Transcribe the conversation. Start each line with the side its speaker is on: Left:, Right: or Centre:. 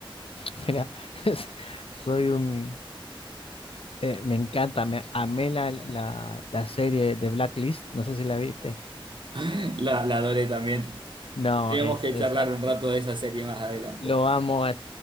Left: <laughs> mira, <laughs> soy un... eh, me encanta, me amé la, la, la serie de Blacklist, no sé si la viste.
Right: <laughs> La, la adoré también.
Left: No,
Right: Tendríamos
Left: es,
Right: que
Left: o
Right: charlar
Left: sea,
Right: un rato de esa serie más adelante.
Left: Lo amo es-